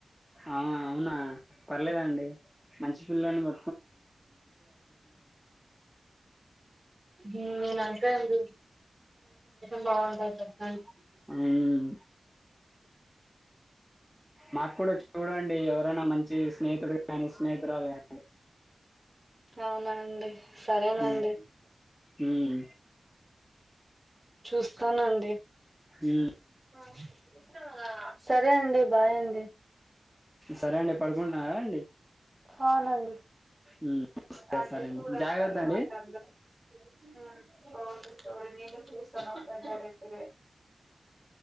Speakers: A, in the centre; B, on the right.
A: ఆ అవునా పర్లేదాండి మంచి పిల్లాడిని బ
B: ఊ నేను అంతే అండి <inaudible> బాగుండాలి స <unintelligible>
A: ఉమ్ మాకు కూడా చూడండి ఎవరైనా మంచి స్నేహితుడు కానీ స్నేహితురాలు గానీ
B: అవునానండి సరేనండి
A: ఉమ్ ఉమ్
B: చూస్తానండి
A: ఉ
B: ఆహా సరే అండి బాయ్ అండి
A: సరే అండి పడుకుంటున్నార అండి
B: అవునండి
A: ఉమ్ సరే
B: అ
A: సరే అండి
B: చూడ చూడొచ్చు
A: జాగ్రత్త
B: అని
A: అండి
B: మాట్లాడతా <unintelligible> రోనిను చూసాను డైరెక్ట్